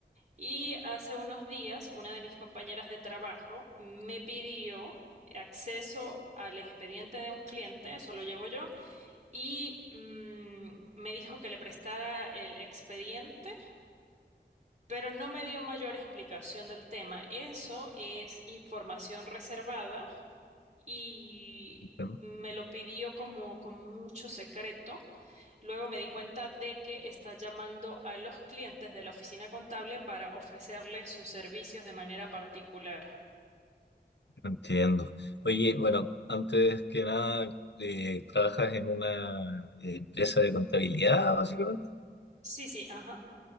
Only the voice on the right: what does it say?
Y hace unos días una de mis compañeras de trabajo me pidió acceso al expediente de un cliente, eso lo llevo yo y mm, me dijo que le prestara el expediente, pero no me dio mayor explicación del tema. Eso es información reservada y
me lo pidió como con mucho secreto. Luego me di cuenta de que está llamando a los clientes de la oficina contable para ofrecerles sus servicios de manera particular.
Sí, sí, ajá.